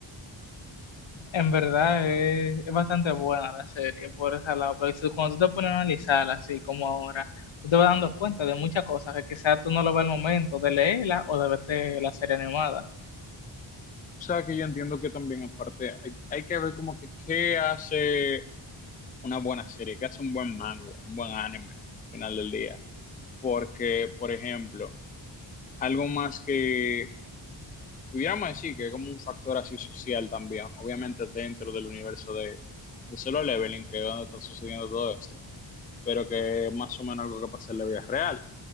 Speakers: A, on the left; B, on the left.
A: En verdad es, es bastante buena la serie por ese lado, pero si- cuando tú te pones a analizarla así como ahora, tú te vas dando cuenta de muchas cosas que quizás tú no lo ves al momento de leerla o de verte la serie animada.
B: Tú sabes que yo entiendo que también en parte hay, hay que ver como que qué hace una buena serie, qué hace un buen manga, un buen anime al final del día. porque, por ejemplo, algo más que pudiéramos decir que es como un factor así social también, obviamente dentro del universo de, de Solo Leveling, que es donde está sucediendo todo esto, pero que es más o menos algo que pasa en la vida real.